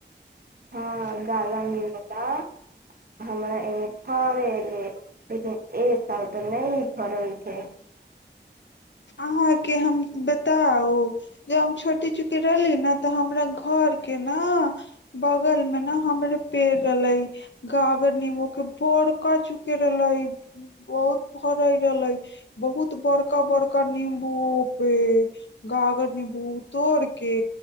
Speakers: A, on the left (about 75°); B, on the right (about 55°).
A: ह
B: हँ गाढ़ा नींबू बा हमरा एमे फड़ेले लेकिन ए साल नहि फरल छै
A: अहाँके हम बताउ ज हम छोटी चूकेी रहली ने तऽ हमरा घर के ने बग बगल में ने हमरे पेड़ रहले गागर नीबो के बड़का चूके रहले बहुत पर ह रहल लै बहुत बड़का बड़का नींबू पोपे गाागर नीबू तोड़के